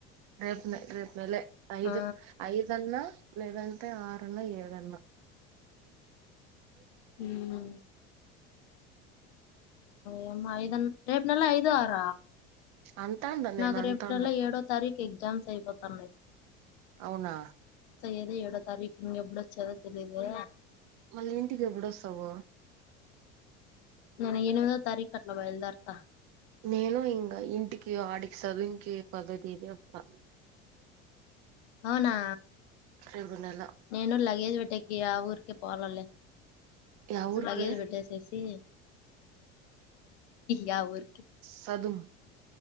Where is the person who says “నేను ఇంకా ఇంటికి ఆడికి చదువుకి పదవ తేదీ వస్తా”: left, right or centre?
Right